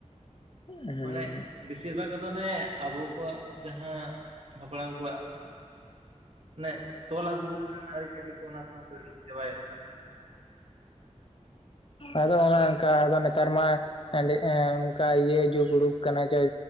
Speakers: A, on the left (about 45°); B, on the right (about 55°).
A: ᱦᱮᱸ
B: ᱢᱟᱱᱮᱼᱼ ᱵᱮᱥᱤᱨ ᱵᱷᱟᱜᱽ ᱟᱫᱚ ᱚᱱᱮᱮ ᱟᱵᱚ ᱠᱚᱣᱟᱜ ᱡᱟᱦᱟᱸ ᱦᱟᱯᱲᱟᱢ ᱠᱚᱣᱟᱜ। ᱚᱱᱮ ᱛᱚᱞ ᱟᱹᱜᱩ ᱟᱹᱨᱤᱪᱟᱹᱞᱤ ᱠᱚ ᱚᱱᱟ ᱠᱚᱦᱚᱸ ᱠᱚ ᱦᱤᱲᱤᱧ ᱪᱟᱵᱟᱭᱮᱫᱟ।
A: ᱟᱫᱚ ᱚᱱᱮ ᱚᱱᱠᱟ ᱟᱫᱚ ᱱᱮᱛᱟᱨ ᱢᱟᱼᱼ ᱟᱹᱰᱤ ᱮ ᱚᱱᱠᱟ ᱤᱭᱟᱹ ᱡᱩᱜᱽ ᱩᱰᱩᱠ ᱠᱟᱱᱟ ᱡᱚᱭ